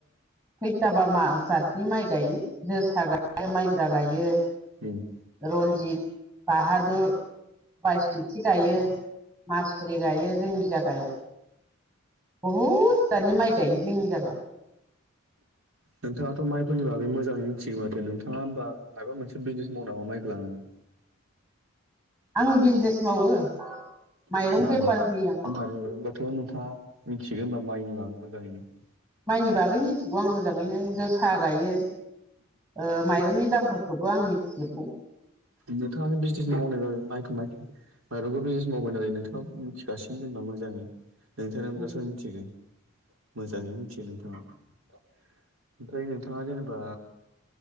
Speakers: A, on the right; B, on the right.
A: जाबा मा जातनि माइ गायो जोसा गायो माइब्रा गायो
B: उम
A: रन्जित बाहादुर बायसनिथि गायो मासुरि गायो जोंनि जागायाव बहुद दानि माइ गायो जोंनि जागायाव
B: नोंथाङाथ माइफोरनि बागै मोजाङै मिथिगौ माथो नोंथाङा होमबा माबा मोनसे बिजनेस माव नाव माइखौ लानानै
A: आं
B: <unintelligible>
A: बिजनेस
B: मानि
A: मावो
B: म आ
A: माइरं बेफार
B: नोंथाङा
A: होयो आं
B: मिथिगोन होनोमबा माइनि बागै मोजाङैनो
A: माइनि बागै मिथिगौ आं मोजाङैनो जोसा गायो ऐ माइरंनि दामफोरखौबो आं मिथिजोबगौ
B: नोंथाङानो बिजनेस मावनाय जाबाय माइखौ माइखौ माइरंखो बिजिनेस मावबाय नालाय नोंथाङा मिथिगासिनो जेनबा मोजाङै नोंथांनि अनगा
A: हो
B: सोर मिथिगोन मोजाङैनो मिथियो नोंथाङा ओमफ्राय नोंथाङा जेनेबा